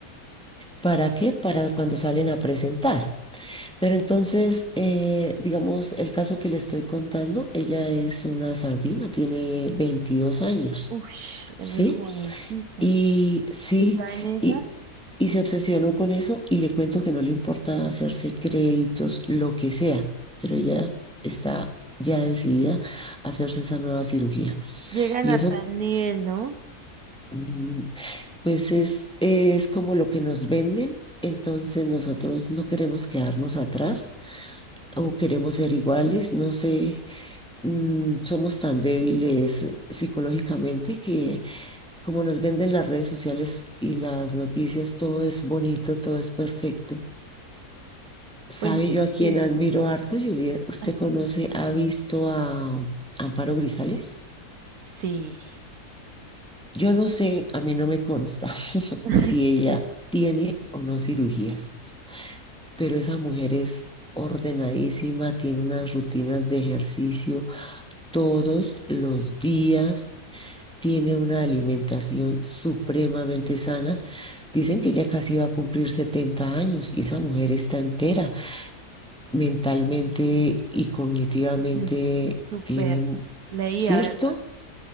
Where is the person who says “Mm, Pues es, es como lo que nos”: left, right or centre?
Centre